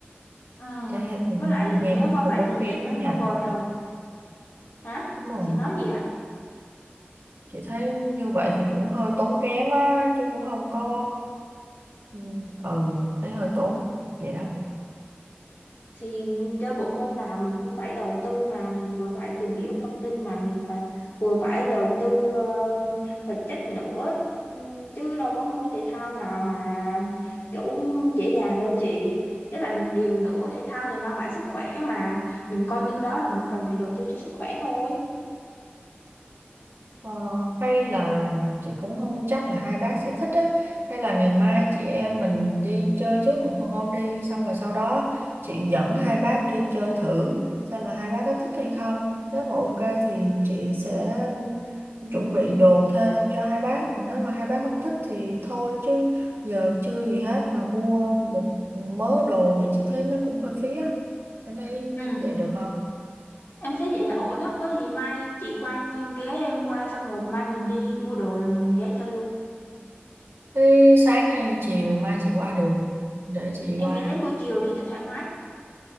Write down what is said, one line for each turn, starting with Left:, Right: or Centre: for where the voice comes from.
Left: ừ.
Right: Trái là cũng,
Left: với lại
Right: nghe
Left: nếu
Right: cũng
Left: mà
Right: hơi
Left: vậy
Right: tốn
Left: thì chị
Right: kém đó
Left: phải mua
Right: nha.
Left: vợt rồi hả
Right: Đúng rồi.
Left: chị nói gì ạ
Right: Chị thấy như vậy thì cũng hơi tốn kém á, chứ cũng không có... Ừ, ừ, thấy hơi tốn. Vậy đó.
Left: thì chơi bộ môn nào mình cũng phải đầu tư mà mình vừa phải tìm hiểu thông tin mà mình phải vừa phải đầu tư ờ, vật chất nữa Ừm, chứ đâu có môn thể thao nào mà kiểu dễ dàng đâu chị với lại một điều nữa thể thao thì mang lại sức khỏe mà mình coi như đó là một phần mình đầu tư cho sức khỏe thôi
Right: Ờ, hay là chị cũng không chắc là hai bác sẽ thích á hay là ngày mai chị em mình đi chơi trước một hôm đi xong rồi sau đó chị dẫn hai bác đi chơi thử xem là hai bác có thích hay không nếu mà ok thì chị sẽ chuẩn bị đồ thêm cho hai bác còn nếu mà hai bác không thích thì thôi chứ giờ chưa gì hết mà mua một mớ đồ vậy chị thấy nó cũng hơi phí á em thấy
Left: ừ
Right: vậy được không
Left: em thấy vậy là ổn đó có gì mai chị qua như- ghé em qua xong rồi mai mình đi mua đồ rồi mình ghé chơi luôn
Right: thế sáng hay chiều mai chị qua được để chị
Left: em
Right: qua
Left: nghĩ đến buổi chiều đi cho thoải mái